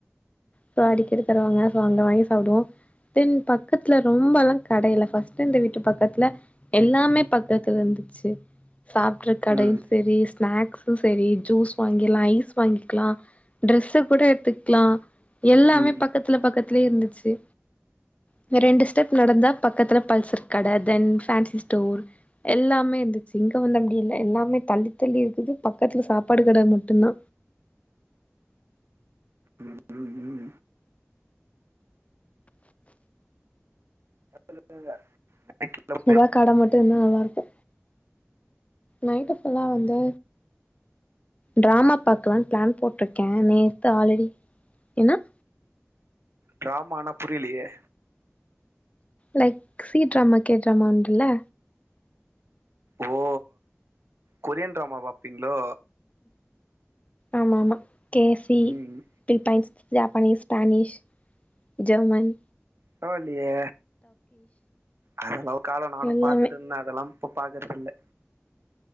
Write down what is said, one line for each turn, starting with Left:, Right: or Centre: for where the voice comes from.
Left: சோ அடிக்கடி தருவாங்க சோ அங்க வாங்கி சாப்டுவோ தென் பக்கத்துல ரொம்பலா கடைல ஃபஸ்ட்டு இர்ந்த வீட்டு பக்கத்ல எல்லாமே பக்கத்ல இருந்துச்சு சாப்ட்ற கடை
Right: ம் ம்
Left: செரி ஸ்நாக்ஸு சேரி ஜூஸ் வாங்கிலா ஐஸ் வாங்கிக்லா ட்ரெஸு கூட எடுத்துக்லா எல்லாமே
Right: ம்
Left: பக்கத்துல பக்கத்துலே இருந்துச்சு இங்க ரெண்டு ஸ்டெப் நடந்தா பக்கத்ல பல்சிர்க் கட தென் பேன்ஸி ஸ்டோர் எல்லாமே இர்ந்துச்சு இங்க வந்து அப்டி இல்ல எல்லாமே தள்ளி தள்ளி இருக்குது பக்கத்ல சாப்பாடு கட மட்டுந்தா
Right: ம் ம் ம் <inaudible> இல்ல <inaudible>
Left: எதா கட மட்டு இருந்தா நல்லா இருக்கு நைட்டு ஃபுல்லா வந்து டிராமா பாக்லான்னு பிளான் போட்ருக்கே நேத்து ஆல்ரடி என்ன
Right: டிராமானா புரிலியே
Left: லைக் சி டிராமக் கே ட்ராமா உண்டுல்ல
Right: ஓ கொரியன் டிராமா பாப்பிங்ளோ
Left: ஆமாமா கே சி
Right: ம்
Left: பிலீப்பைன்ஸ் ஜாப்பனீஸ் ஃபானிஷ் ஜர்மன்
Right: பரவால்லியே அதல்லா ஒரு காலோ நானு
Left: எல்லாமே
Right: பாத்துட்டு இருந்தே அதல்லாம் இப்ப பாக்கறதில்ல